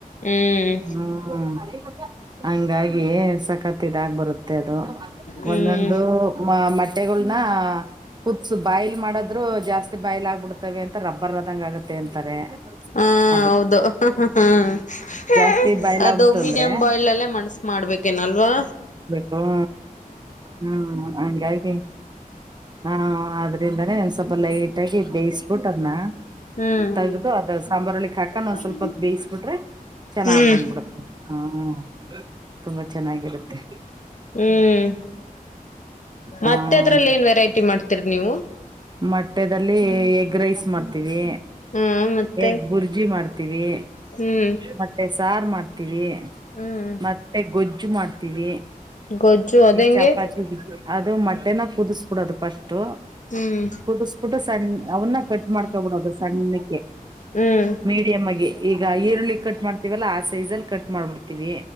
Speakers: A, on the left; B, on the right.
A: ಹ್ಮ್
B: ಹ್ಮ ಹಂಗಾಗಿ ಸಕತ್ತಿದ ಆಗ್ ಬರುತ್ತೆ ಮತ್ತೆ ಅದು
A: ಹ್ಮ್
B: ಒಂದೊಂದು ಮ ಮೊಟ್ಟೆಗಳನ ಹತ್ಸು ಬಾಯ್ಲ್ ಮಾಡದ್ರು ಜಾಸ್ತಿ ಬಾಯ್ಲ್ ಆಗ್ಬಿಡ್ತವೆ ಅಂತ ರಬ್ಬರ್ ಅದಂಗ ಆಗತ್ತೆ ಅಂತ ಅ
A: ಹಾ ಹೌದು ಹ ಹ
B: ಜಾಸ್ತಿ ಬಾಯ್ಲ್
A: ಅದು
B: ಆಗ್ಬಿಡ್ತು
A: ಮೀಡಿಯಂ
B: ಅಂದ್ರೆ
A: ಬಾಯ್ಲ್ ಅಲ್ಲೇ ಮಾಡಬೇಕು ಅಲ್ವಾ
B: ಹ್ಮ ಹ್ಮ್ ಹಾಗಂಗಾಗಿ ಹಾ ಆದ್ರಿಂದಾನೇ ಸ್ವಲ್ಪ ಲೈಟ್ ಆಗಿ ಬೇಯಿಸ್ ಬಿಟ್ಟ ಅದ್ನ
A: ಹ್ಮ್
B: ತಗ್ದು ಅದ ಸಾಂಬಾರ್ ಒಳಿಕ್ಕ್ ಹಾಕಂಡ್
A: ಹ್ಮ್
B: ಸ್ವಲ್ಪ ಹೊತ್ತ್ ಬೇಯ್ಸ್ ಬಿಟ್ರೆ ಚೆನ್ನಾಗ್
A: ಹ್ಮ್ ಹ್ಮ್
B: ಬಂದ್ಬಿಡತ್ತೆ ಹ್ಮ್ ತುಂಬಾ ಚೆನ್ನಾಗಿರುತ್ತೆ
A: ಹ್ಮ್ ಮತ್ತೆ
B: ಹ್ಮ್
A: ಅದ್ರಲ್ಲಿ ನ್ ವೆರೈಟಿ ಮಾಡ್ತೀರಿ ನೀವು
B: ಮದ್ಯದಲ್ಲಿ ಎಗ್ ರೈಸ್ ಮಾಡ್ತೀವಿ
A: ಹ್ಮ ಮತ್ತೆ
B: ಹೆಗ್ ಬುರ್ಜಿ ಮಾಡ್ತೀವಿ
A: ಹ್ಮ್
B: ಮತ್ತೆ ಸಾರು ಮಾಡ್ತೀವಿ
A: ಹ್ಮ್
B: ಮತ್ತೆ ಗೊಜ್ಜು ಮಾಡ್ತೀವಿ
A: ಗೊಜ್ಜು ಅದೆಂಗೆ
B: ಈ ಚಪಾತಿ ಅದು ಮ ಕುದಿಸ್ಬಿಡೋದು ಫಸ್ಟ್
A: ಹ್ಮ್
B: ಕುದಿಸಬಿಟ್ಟು ಸಣ್ಣ ಅವನ್ನ ಕಟ್ ಮಾಡ್ಕಬಿಡೋದು ಸಣ್ಣ
A: ಹ್ಮ್
B: ಮೀಡಿಯಮ್ ಆಗಿ ಈಗ ಈರುಳ್ಳಿ ಕಟ್ ಮಾಡ್ತ ಲ್ಲ ಆ ಸೈಜ ಅಲ್ಲಿ ಕಟ್ ಮಾಡ್ಬಿಡ್ತೀವಿ